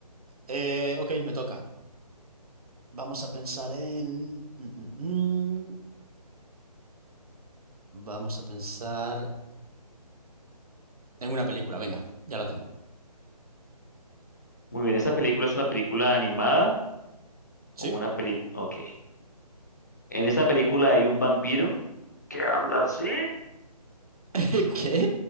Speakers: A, on the right; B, on the left.
A: Eh, ok, me toca. Vamos a pensar en... mm, mm, mm. Vamos a pensar en una película, venga, ya la tengo.
B: Muy bien, ¿esta película es una película animada
A: ¿Sí?
B: o una película? Ok. En esta película hay un vampiro que habla así.
A: <laughs> ¿Qué?